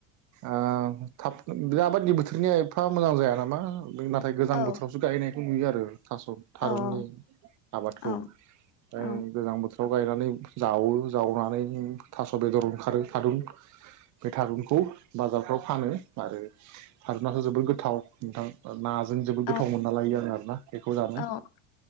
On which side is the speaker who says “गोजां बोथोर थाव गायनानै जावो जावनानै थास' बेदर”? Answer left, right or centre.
Right